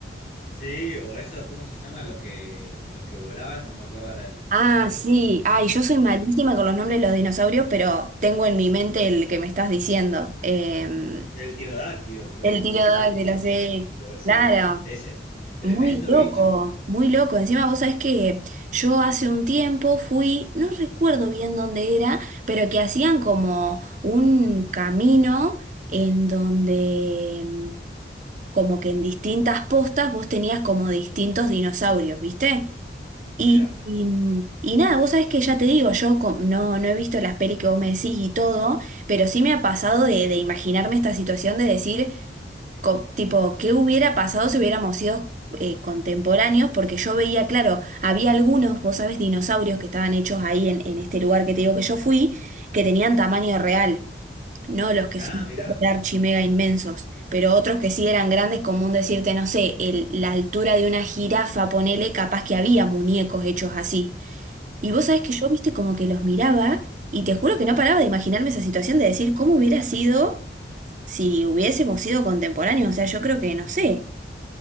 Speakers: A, on the left; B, on the right.
A: Sí, o esos, ¿cómo se llaman? Los que, los que volaban, no me acuerdo ahora el,
B: Ah,
A: el nombre.
B: sí, ay, yo soy
A: Eh,
B: malísima con los nombres de los dinosaurios, pero tengo en mi mente el que me estás diciendo. Em,
A: el tirodáctilo, creo
B: el
A: que es
B: tiro
A: tirodáctilo.
B: de los...
A: eh, que va
B: Claro.
A: eh, Ese, tremendo
B: Muy loco,
A: bicho.
B: muy loco. Encima vos sabés que yo hace un tiempo fui, no recuerdo bien dónde era, pero que hacían como un camino en donde mm, como que en distintas postas vos tenías como distintos dinosaurios, ¿viste? Y,
A: Mirá.
B: y, mm, y nada, vos sabés que ya te digo, yo co- no, no he visto las pelis que vos me decís y todo, pero sí me ha pasado de, de imaginarme esta situación de decir co- tipo, ¿qué hubiera pasado si hubiéramos sido eh, contemporáneos? Porque yo veía, claro, había algunos, vos sabés, dinosaurios que estaban hechos ahí en, en este lugar que te digo que yo fui, que tenían tamaño real, no los que
A: Ah,
B: son
A: mirá.
B: super archi mega inmensos, pero otros que sí eran grandes, como un decirte, no sé, el- la altura de una jirafa, ponele, capaz que había muñecos hechos así. Y vos sabés
A: Ujú.
B: que yo, viste, como que los miraba. Y te juro que no paraba de imaginarme esa situación de decir cómo hubiera sido si hubiésemos sido contemporáneos, o sea, yo creo que, no sé,